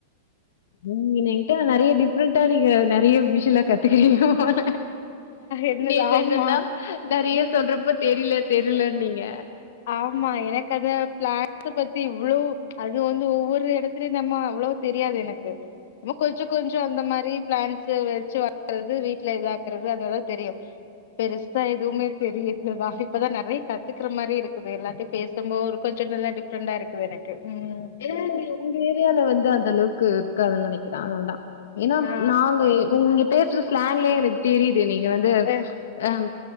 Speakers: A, on the left; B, on the left.
A: ம் நீங் எண்ட்ட நெறைய டிஃப்ரெண்டா இருக்க நெறைய விஷயோல்ல கத்துக்குவீங்க போல
B: என்ன
A: நேத்து
B: ஆமா
A: என்னன்னா நெறைய சொல்றப்போ தெரில தெரிலன்னீங்க
B: ஆமா எனக்கு அது பிளான்ட்ஸ பத்தி இவ்ளோ அது வந்து ஒவ்வொரு எடத்துலயு நம்ம அவ்ளோ தெரியாது எனக்கு சும்மா கொஞ்சோ கொஞ்சோ அந்த மாரி பிளான்ட்ஸு வச்சு <inaudible> வீட்ல இதாக்கறது அதுதா தெரியு பெருசா எதுவுமே தெரிய இதா இப்பதா நெறைய கத்துக்குற மாரி இருக் குது எல்லார்ட்டயு பேசும்போது கொஞ்சோ நல்லா டிஃப்ரெண்டா இருக்குது எனக்கு ம்
A: ஏ நீங் உங்க ஏரியால வந்து அந்த அளவுக்கு க்காதுன்னு நெனைக்கிறே அதனாலதா ஏன்னா
B: ஆ
A: நாங்க எ உங்க பே ச்சு ஸ்லாங்லயே எனக் தெரி யுது நீங்க வந்து
B: அஹ்.
A: அம்